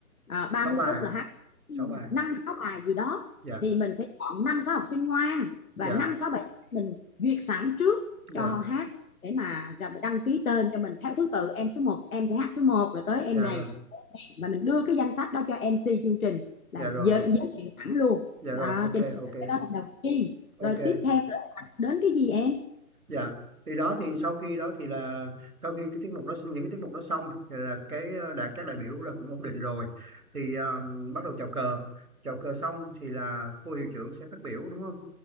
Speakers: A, on the left; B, on the right.
A: à, ba
B: sáu
A: mươi
B: bài
A: phút là hát
B: sáu bài
A: năm sáu bài gì đó
B: dạ
A: thì mình sẽ chọn năm sáu học sinh ngoan
B: dạ
A: và năm sáu bài mình duyệt sẵn trước cho
B: dạ
A: hát để mà ra- đăng ký tên cho mình theo thứ tự em số một em sẽ hát số một rồi tới em
B: dạ
A: này
B: rồi
A: và mình đưa cái danh sách đó cho MC chương trình là
B: dạ rồi
A: giới, giới thiệu sẵn luôn
B: dạ rồi
A: đó
B: ok
A: cho nên
B: ok
A: là cái đó là đầu tiên
B: ok
A: rồi tiếp theo là đến cái gì em
B: dạ thì đó thì sau khi đó thì là sau khi cái tiết mục đó những cái tiết mục đó xong thì là cái ờ, đã các đại biểu là cũng ổn định rồi thì ờ, bắt đầu chào cờ chào cờ xong thì là cô hiệu trưởng sẽ phát biểu đúng không